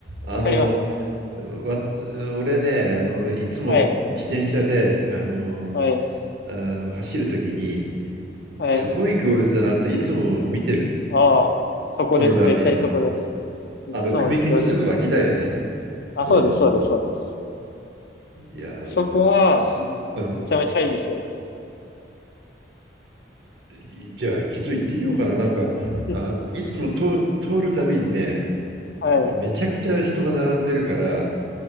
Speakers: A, on the right (about 75°); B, on the left (about 60°).
A: あの、
B: わかりますか
A: わ、俺ね、あの、いつも自転車で、
B: はい、
A: あの、
B: はい、
A: あの走るときに、
B: はい。
A: すごい行列だなっていつも見てる。
B: ああ、そこです。
A: そのラーメン屋さん。
B: 絶対そこです。いつも行列作ってるんで。
A: あの、踏切のすぐ脇だよね。
B: あ、そうです、
A: うん。
B: そうです、そうです。
A: いやー、
B: そこは、
A: す、うん。
B: めちゃめちゃいいですよ。
A: いじゃあ一度行ってみようかな。なんか、
B: <laughs>
A: あの、いつも通、通るたびにね、
B: はい、
A: めちゃくちゃ人が並んでるから、